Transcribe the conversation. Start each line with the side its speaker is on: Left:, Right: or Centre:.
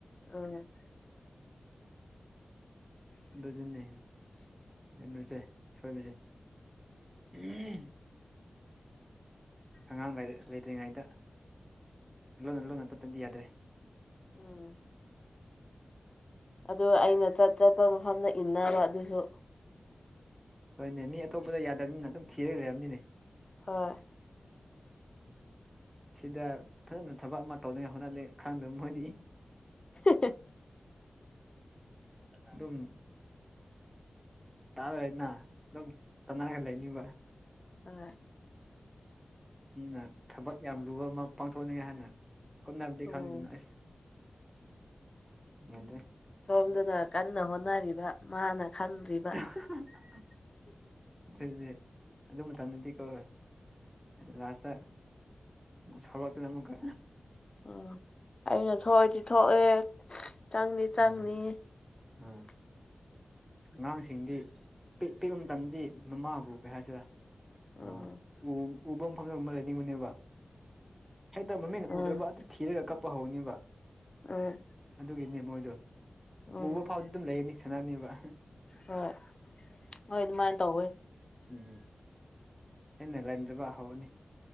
Left: ꯎꯝ
Centre: ꯑꯗꯨꯗꯤꯅꯦ ꯑꯗꯨꯁꯦ ꯁꯣꯏꯕꯁꯦ꯫ ꯎꯝ ꯑꯉꯥꯡ ꯂꯩꯇ꯭ꯔꯤꯉꯩꯗ ꯂꯣꯟꯅ ꯂꯣꯟꯅ ꯆꯠꯇꯗꯤ ꯌꯥꯗ꯭ꯔꯦ
Left: ꯎꯝ ꯑꯗꯨ ꯑꯩꯅ ꯆꯠ ꯆꯠꯄ ꯃꯐꯝꯗ ꯏꯟꯅꯕ ꯑꯗꯨꯁꯨ
Centre: ꯍꯣꯏꯅꯦ ꯃꯤ ꯑꯇꯣꯞꯄꯗ ꯌꯥꯗꯕꯅꯤꯅ ꯑꯗꯨꯝ ꯊꯤꯔꯒ ꯂꯩꯝꯅꯤꯅꯦ
Left: ꯍꯣꯏ
Centre: ꯁꯤꯗ ꯐꯖꯅ ꯊꯕꯛ ꯑꯃ ꯇꯧꯅꯉꯥꯏ ꯍꯣꯠꯅꯗꯦ ꯈꯪꯗꯕ ꯃꯣꯏꯗꯤ
Left: <unintelligible>
Centre: ꯑꯗꯨꯝ ꯇꯥꯔ ꯍꯥꯏꯅ ꯑꯗꯨꯝ ꯇꯅꯔꯒ ꯂꯩꯅꯤꯕ
Left: ꯍ
Centre: ꯃꯤꯅ ꯊꯕꯛ ꯌꯥꯝ ꯂꯨꯕ ꯑꯃ ꯄꯥꯡꯊꯣꯛꯅꯤꯡꯉꯥꯏ ꯍꯥꯏꯅ ꯍꯣꯠꯅꯕꯗꯤ
Left: ꯎꯝ
Centre: ꯈꯪꯗꯨꯅ ꯑꯁ ꯌꯦꯗꯦ
Left: ꯁꯣꯝꯗꯅ ꯀꯟꯅ ꯍꯣꯠꯅꯔꯤꯕ ꯃꯥꯅ ꯈꯪꯗ꯭ꯔꯤꯕ
Centre: <unintelligible> ꯑꯗꯨꯗꯤ ꯑꯗꯨꯝꯇꯪꯗꯤꯀꯣ ꯂꯥꯁꯇ ꯁꯥꯎꯔꯛꯇꯅ ꯑꯃꯨꯀ
Left: ꯎꯝ ꯑꯩꯅ ꯊꯣꯛꯑꯗꯤ ꯊꯣꯛꯑꯦ ꯆꯪꯅꯤ ꯆꯪꯅꯤ
Centre: ꯎꯝ
Left: <inaudible>
Centre: ꯎꯝ ꯑꯉꯥꯡꯁꯤꯡꯗꯤ ꯄꯤ ꯄꯤꯛꯄ ꯃꯇꯝꯗꯤ ꯃꯃꯥꯕꯨ ꯀꯩ ꯍꯥꯏꯁꯤꯔꯥ
Left: ꯎꯝ
Centre: ꯑ ꯎ ꯎꯐꯝ ꯃ ꯐꯐꯝꯖ ꯑꯃ ꯂꯩꯅꯤꯡꯉꯅꯦꯕ ꯍꯦꯛꯇ ꯃꯃꯤꯡꯅ
Left: ꯎꯝ
Centre: ꯎꯗ꯭ꯔꯕ ꯑꯗꯨ ꯊꯤꯔꯒ ꯀꯞꯄ ꯍꯧꯅꯦꯕ
Left: ꯎꯝ
Centre: ꯑꯗꯨꯒꯤꯅꯦ ꯃꯣꯏꯗꯣ
Left: ꯎꯝ
Centre: ꯎꯕ ꯐꯥꯎꯗ ꯑꯗꯨꯝ ꯂꯩꯔꯅꯤ ꯁꯅꯥꯅꯦꯕ
Left: ꯍꯣꯏ ꯍꯣꯏ ꯑꯗꯨꯃꯥꯏꯅ ꯇꯧꯋꯦ
Centre: ꯎꯝ <unintelligible> ꯍꯦꯟꯅ ꯂꯥꯏꯟꯗꯕ ꯍꯧꯔꯅꯤ